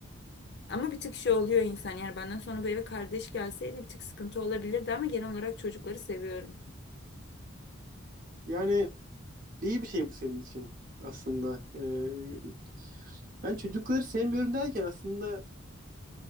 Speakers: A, on the left; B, on the right.
A: Ama bir tık şey oluyor insan yani benden sonra bu eve kardeş gelseydi bir tık sıkıntı olabilirdi ama genel olarak çocukları seviyorum.
B: Yani iyi bir şey bu senin için aslında. Ee, ben çocukları sevmiyorum derken aslında